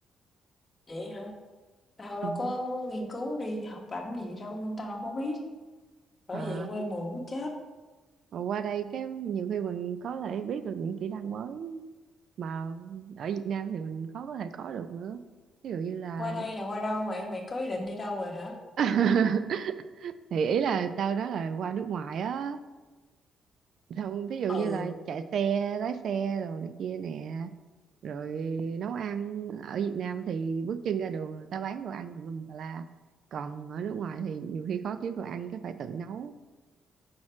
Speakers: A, on the left (about 30°); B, on the right (about 60°).
A: Vậy hả? Tao
B: Ừ.
A: đâu có nghiên cứu đi học làm gì đâu Nên tao đâu có biết Bởi
B: À,
A: vậy quê mùa cũng chết
B: mà qua đây cái nhiều khi mình có thể biết được những kỹ năng mới mà ở Việt Nam thì mình khó có thể có được nữa. Ví dụ như là
A: Qua đây là qua đâu vậy? Mày có ý định đi đâu rồi hả?
B: <laughs> thì ý là tao nói là qua nước ngoài á, không ví dụ
A: Ừ,
B: như là chạy xe, lái xe đồ này kia nè, rồi nấu ăn ở Việt Nam thì bước chân ra đường là tao bán đồ ăn tùm lum tà la. Còn ở nước ngoài thì nhiều khi khó kiếm đồ ăn cái phải tự nấu.